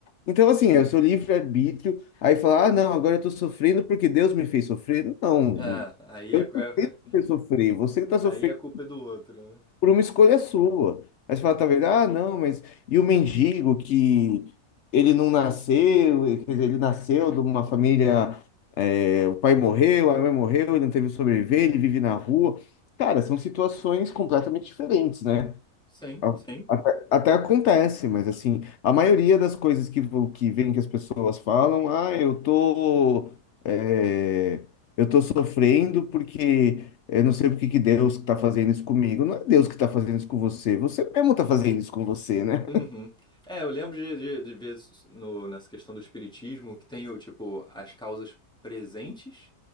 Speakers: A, on the left; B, in the centre.
A: então, assim, é o seu livre-arbítrio. Aí falar, ah, não, agora eu tô sofrendo porque Deus me fez sofrer. Não,
B: Ah,
A: não-
B: aí
A: eu
B: é, <laughs>
A: não fiz você sofrer. Você que tá
B: aí
A: sofrendo
B: a culpa é do outro, né?
A: por uma escolha sua. Aí você fala, tá vendo? Ah, não, mas... E o mendigo que ele não nasceu, eh, quer dizer, ele nasceu de uma família... é, o pai morreu, a mãe morreu, ele não teve sobreviver, ele vive na rua. Cara, são situações completamente diferentes, né?
B: Sim,
A: A-
B: sim.
A: Até, até acontece, mas assim, a maioria das coisas que, vo- que vem que as pessoas falam, ah, eu tô, é, eu tô sofrendo porque eu não sei porque que que Deus está fazendo isso comigo. Não é Deus que está fazendo isso com você, você mesmo está fazendo isso com você, né?
B: Uhum. É, eu lembro de, de, de ver no- nessa questão do espiritismo que tem o tipo as causas presentes